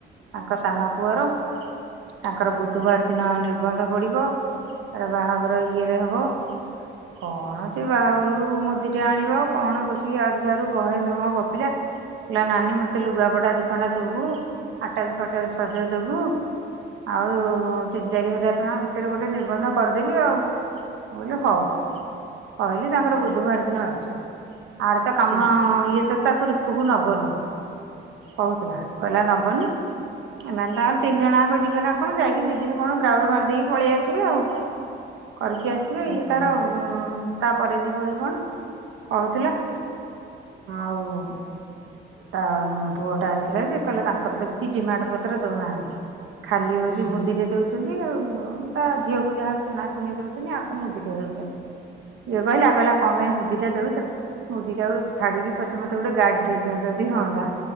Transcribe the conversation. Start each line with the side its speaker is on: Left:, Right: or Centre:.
Right: ତାଙ୍କ ସାନ ପୁଅର। ତାଙ୍କର ବୁଧବାର ଦିନ ନିର୍ବନ୍ଧ ପଡିବ ତାର ବାହାଘର ଇଏରେ ହବ। କଣ ଯେ ବାହାଘରକୁ ମୁଦି ଟେ ଆଣିବ କଣ ବସିକି ଇଆଡୁ ସିଆଡୁ ବହେ ସମୟ ଗପିଲା। କହିଲା ନାନୀ ମୋତେ ଲୁଗାପଡ଼ା ଦିଖଣ୍ଡା ଦବୁ ଆଟାଜ ଫାଟାଜ ସଜ ଦେବୁ। ଆଉ ତିନି ଚାରି ହଜାର ଟଙ୍କା ଭିତରେ ଗୋଟେ ନିିର୍ବନ୍ଧ କରିଦେବି ଆଉ ମୁଁ କହିଲି ହଉ। କହିଲି ତାଙ୍କର ବୁଧବାର ଦିନ ଅଛି ଆର ତ କାମ
Left: ହୁଁ
Right: ଇଏ ତ ତାକୁ ରି ପୁକୁ ନବନି କହୁଥିଲା କହିଲା ନବନି। ଏମାନେ ତାଙ୍କର ତିନି ଜଣ ଆଙ୍କ ଯିବେ ନା କଣ ଯାଇକି ଦି ଦିନ କଣ ଗ୍ରାଉଡୁ ମାରି ଦେଇେଇକି ପଳେଇ ଆସିବେ ଆଉ। କରିକି ଆସିବେ
Left: ହୁଁ
Right: ଇଏ ତାର
Left: ହୁଁ
Right: ତାପରେ ଯିବ କି କଣ କହୁଥିଲା ଆଉ ତା ପୁଅ ଟା ଆଇଥିଲା ଯେ କହିଲେ ତାଙ୍କର ତ କିଛି ଡିମାଣ୍ଡ ପତ୍ର ଦଉନାହାନ୍ତି। ଖାଲି ହଉଛି
Left: ହୁଁ
Right: ମୁଦି ଟେ ଦଉଚ ଚନ୍ତିଆଉ ତା ଝିଅକୁ ଯାହା ସୁନା ସୁନି ଦଉଚନ୍ତି ଆକୁ ମୁଦିଟେ ହେଉଚନି। ଇଏ କହିଲା କହିଲା କଣ ପାଇଁ ମୁଦି ଟା ଦଉଚ ମୁଦି ଟାକୁ ଛାଡି କି ପଛେ ମତେ ଗୋଟେ ଗାଡି ଦେଇଦିଅ ଯଦି ହଅନ୍ତା।